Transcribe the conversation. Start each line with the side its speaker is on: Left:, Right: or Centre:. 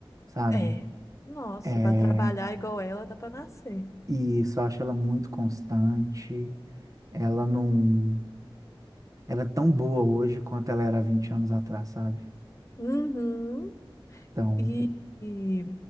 Right: sabe?
Left: É. Nossa,
Right: É,
Left: pra trabalhar igual ela, dá pra nascer.
Right: e isso eu acho ela muito constante. Ela não. Ela é tão boa hoje quanto ela era há 20 anos atrás, sabe?
Left: Uhum.
Right: Então,
Left: E, e